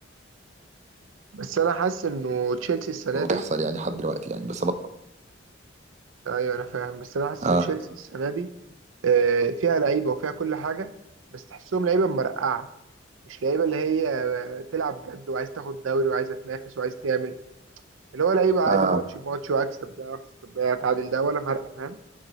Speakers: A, on the right (about 80°); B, on the right (about 35°).
A: بس انا حاسس انه تشيلسي السنه
B: ويحصل
A: دي
B: يعني لحد دلوقتي يعني بس بط...
A: ايوه انا فاهم بس انا حاسس
B: آه.
A: ان تشيلسي السنه دي آه، فيها لعيبه وفيها كل حاجه بس تحسهم لعيبه مرقعه مش لعيبه اللي هي آه، تلعب جد وعايز تاخد دوري وعايزه تنافس وعايز تعمل اللي هو لعيب عادي
B: آه.
A: ماتش بماتش واكسب ده اخسر ده اتعادل ده ولا فارقه فاهم